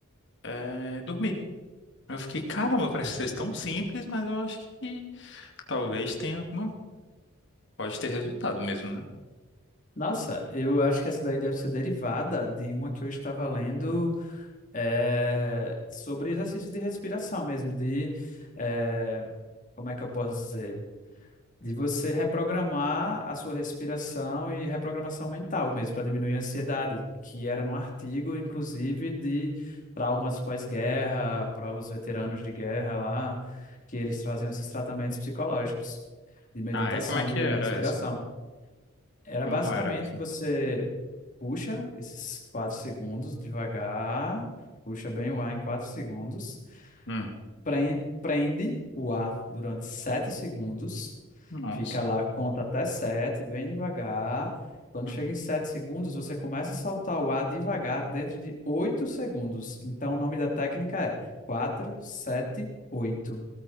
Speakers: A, on the left; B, on the left.
A: eh, dormir. Eu fiquei, caramba, parece ser tão simples, mas eu acho que Talvez tenha alguma. Pode ter resultado mesmo, né?
B: Nossa, eu acho que essa daí deve ser derivada de uma que eu estava lendo eh, sobre exercícios de respiração mesmo, de eh, como é que eu posso dizer? De você reprogramar a sua respiração e reprogramação mental mesmo, para diminuir a ansiedade, que era num artigo, inclusive, de traumas pós-guerra, para os veteranos de guerra lá, que eles faziam esses tratamentos psicológicos, de meditação,
A: Ah, é? Como é que
B: de
A: era
B: respiração.
A: essa?
B: Era
A: Como
B: basicamente
A: era essa?
B: você puxa esses quatro segundos devagar, puxa bem o ar em quatro segundos,
A: Hum.
B: Pre- Prende o ar durante 7 segundos.
A: Nossa.
B: Fica lá, conta até 7 bem devagar. Quando
A: Hum.
B: chega em 7 segundos, você começa a soltar o ar devagar dentro de 8 segundos. Então, o nome da técnica é 4, 7, 8.